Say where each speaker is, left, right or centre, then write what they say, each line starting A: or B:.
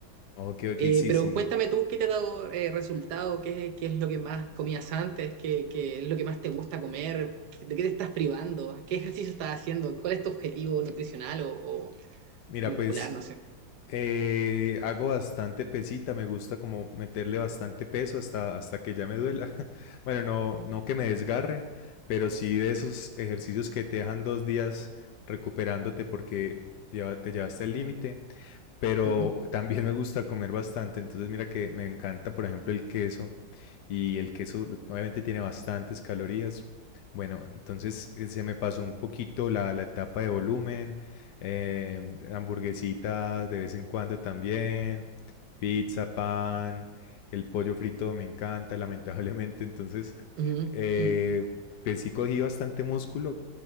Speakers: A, on the left (about 65°); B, on the right (about 65°).
A: Ok, ok,
B: Eh,
A: sí,
B: pero
A: sí.
B: cuéntame tú, ¿qué te ha dado eh, resultado? ¿Qué, qué es lo que más comías antes? ¿Qué, qué es lo que más te gusta comer? ¿De qué te estás privando? ¿Qué ejercicio estás haciendo? ¿Cuál es tu objetivo nutricional o, o-
A: Mira,
B: o muscular?
A: pues
B: No sé.
A: eh, hago bastante pesita, me gusta como meterle bastante peso hasta, hasta que ya me duela. <laughs> Bueno, no, no que me desgarre, pero sí de esos ejercicios que te dejan dos días recuperándote porque lleva- te llevaste al límite. pero
B: Ujú,
A: también me gusta comer bastante. Entonces, mira que me encanta, por ejemplo, el queso. Y el queso obviamente tiene bastantes calorías. Bueno, entonces eh, se me pasó un poquito la, la etapa de volumen, eh, hamburguesitas de vez en cuando también, pizza, pan, el pollo frito me encanta, <laughs> lamentablemente. Entonces,
B: ujú,
A: eh,
B: ujú.
A: pues sí cogí bastante músculo,